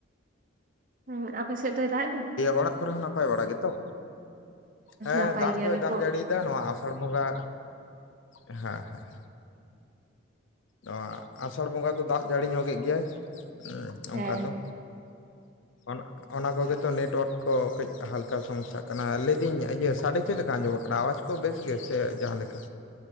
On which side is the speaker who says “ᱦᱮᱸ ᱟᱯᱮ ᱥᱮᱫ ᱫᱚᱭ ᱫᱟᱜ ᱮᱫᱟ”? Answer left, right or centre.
Right